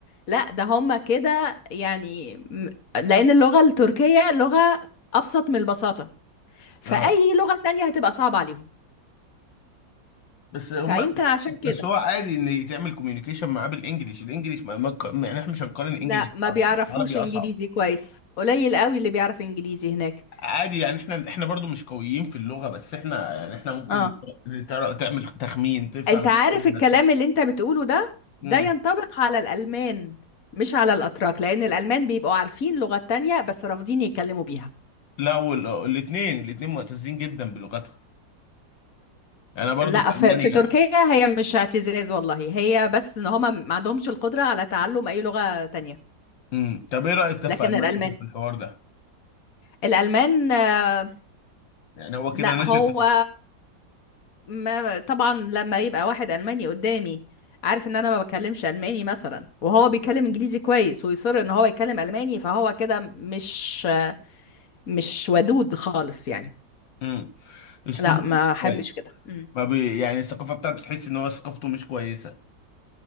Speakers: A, on the left; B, on the left.
A: لا ده هما كده يعني م- لان اللغه التركيه لغه ابسط من البساطه فاي
B: اه
A: لغه تانية هتبقى صعبه عليهم
B: بس هما
A: فيمكن
B: لا،
A: عشان كده
B: بس هو عادي ان يتعمل كوميونيكيشن معاه بالانجليش الانجليش ما ما- يعني احنا مش هنقارن الانجليش
A: لا
B: بالعربي
A: ما بيعرفوش
B: العربي اصعب
A: انجليزي كويس قليل قوي اللي بيعرف انجليزي هناك
B: عادي يعني احنا احنا برضو مش قويين في اللغة بس احنا يعني احنا ممكن
A: اه
B: ترى- تعمل تخمين تفهم
A: انت عارف
B: الكلمة،
A: الكلام
B: تص-
A: اللي انت بتقوله ده
B: مم.
A: ده ينطبق على الالمان مش على الاتراك لان الالمان بيبقوا عارفين لغات تانية بس رافضين يتكلموا بيها
B: لا والاثنين الاثنين معتزين جدا بلغتهم انا برضو
A: لا
B: في
A: في,
B: المانيا
A: في تركيا هي مش اعتزاز والله هي بس ان هما ما عندهمش القدرة على تعلم اي لغة تانية
B: مم. طب ايه رايك طب
A: لكن
B: في المانيا
A: الالمان
B: طب في الحوار ده
A: الالمان آه،
B: يعني هو
A: لا
B: كده ناشر
A: هو
B: في
A: ما طبعا لما يبقى واحد ألماني قدامي عارف ان انا ما بكلمش ألماني مثلا وهو بيتكلم انجليزي كويس ويصر ان هو يتكلم ألماني فهو كده مش مش ودود خالص يعني
B: مم. اسلوبه
A: لا ما
B: مش
A: احبش
B: كويس
A: كده مم.
B: ما بي... يعني الثقافة بتاعته تحس ان هو ثقافته مش كويسة